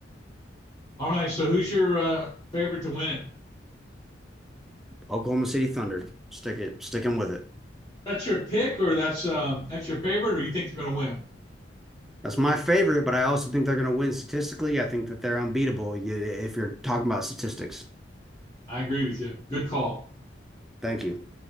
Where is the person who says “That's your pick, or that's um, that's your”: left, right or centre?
Left